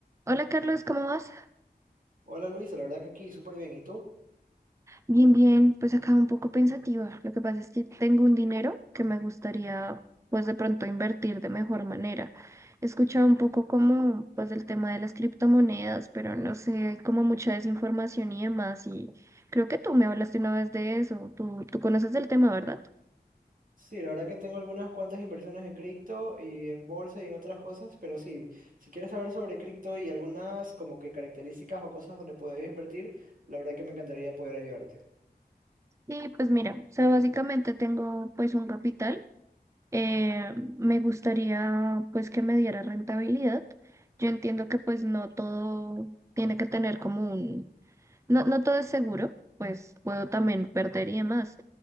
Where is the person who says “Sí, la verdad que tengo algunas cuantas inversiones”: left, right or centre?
Right